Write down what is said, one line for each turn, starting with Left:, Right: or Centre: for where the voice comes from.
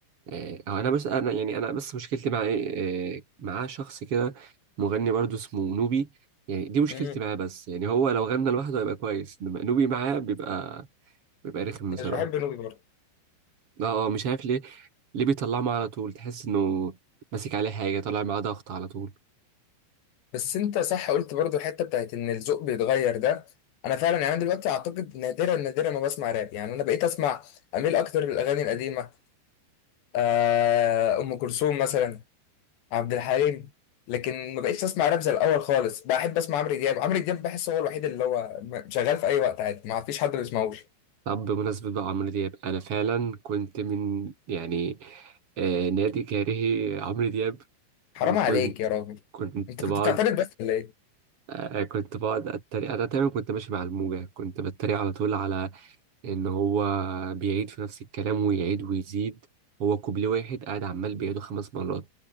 Right: آه، هو انا بس انا يعني انا بس مشكلتي مع ايه آه، معاه شخص كده مغني برضو اسمه نوبي يعني دي مشكلتي
Left: امم
Right: معاه بس يعني هو لو غنى لوحده هيبقى كويس انما نوبي معاه بيبقى بيبقى رخم بصراحة
Left: مش بحب نوبي برضه
Right: اه اه مش عارف ليه ليه بيطلعه معاه على طول تحس انه ماسك عليه حاجة طلع معاه ضغط على طول
Left: بس انت صح قلت برضه الحته بتاعت ان الذوق بيتغير ده انا فعلا يعني أنا دلوقتي اعتقد نادرا نادرا ما بسمع راب يعني انا بقيت اسمع اميل اكتر للاغاني القديمه آه، ام كلثوم مثلا عبد الحليم لكن ما بقتش اسمع راب زي الاول خالص بحب اسمع عمرو دياب عمرو دياب بحس هو الوحيد اللي هو شغال في اي وقت عادي ما فيش حد ما بيسمعوش
Right: طب بمناسبة بقى عمرو دياب أنا فعلا كنت من يعني آه نادي كارهي عمرو دياب
Left: حرام
Right: وكنت
Left: عليك يا راجل
Right: كنت
Left: انت كنت
Right: بقعد
Left: بتعترض بس ولا ايه
Right: آه كنت بقعد أتريق أنا تقريبا كنت ماشي مع الموجة كنت بتريق على طول على إن هو بيعيد في نفس الكلام ويعيد ويزيد هو كوبليه واحد قاعد عمال بيعيده خمس مرات